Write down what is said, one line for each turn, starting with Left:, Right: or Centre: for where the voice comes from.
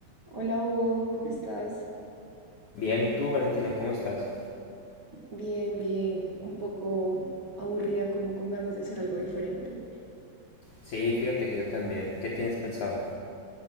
Right: Hola Hugo, ¿cómo estás?
Left: Bien, ¿y tú, Valentina, cómo estás?
Right: Bien, bien, un poco aburrida, como con ganas de hacer algo diferente.
Left: Sí, fíjate que yo también. ¿Qué tienes pensado?